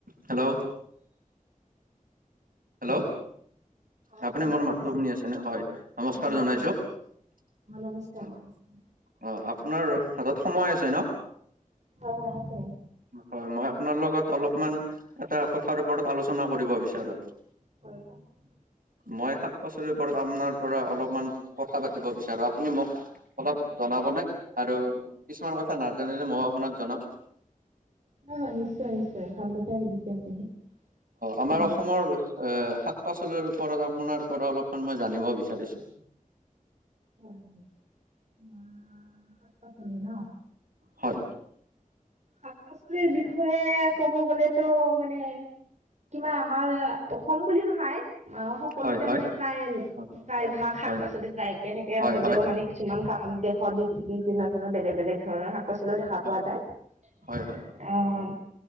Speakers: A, on the right; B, on the right.
A: Hello. Hello.
B: অ
A: আপুনি
B: হয়
A: মোৰ
B: শুনা
A: মাতটো
B: পাইছেনে?
A: শুনি আছেনে? হয় নমস্কাৰ
B: হয় হয়
A: জনাইছোঁ।
B: পাইছো পাইছো। অ নমস্কাৰ নমস্কাৰ।
A: অ' আপোনাৰ হাতত সময় আছে ন'?
B: অ' হয় আছে।
A: হয়। মই আপোনাৰ লগত অলপমান এটা কথাৰ ওপৰত আলোচনা কৰিব বিচাৰো।
B: হয় কওঁকচুন।
A: মই শাক পাচলিৰ ওপৰত আপোনাৰপৰা অলপমান কথা পাতিব বিচাৰো, আপুনি মোক অলপ জনাব নে? আৰু কিছুমান কথা নাজানিলে ময়ো আপোনাক জনাম।
B: হয় হয় নিশ্চয় নিশ্চয় ভাল কথাই সুধিছে আপুনি।
A: আমাৰ
B: অ'।
A: অসমৰ এ, শাক পাচলিৰ ওপৰত আপোনাৰপৰা অলপমান মই জানিব বিচাৰিছোঁ।
B: অ' উম, শাক পাচলি ন'?
A: হয়।
B: শাক পাচলিৰ বিষয়ে ক'ব গ'লেতো মানে কিবা আমাৰ অসম বুলি নহয় অ' সকলোতে
A: হয় হয়
B: মানে প্ৰায়ে
A: হয়
B: প্ৰায় ভাগ শাক
A: হয়
B: পাচলি প্ৰায় একে থাকে
A: হয়
B: হ'লেও মানে কিছুমান কা দেশত বিভিন্নধৰণৰ বেলেগ বেলেগ ধৰণৰ শাক পাচলিও দেখা
A: হয়
B: পোৱা যায়। অ'
A: হয় হয়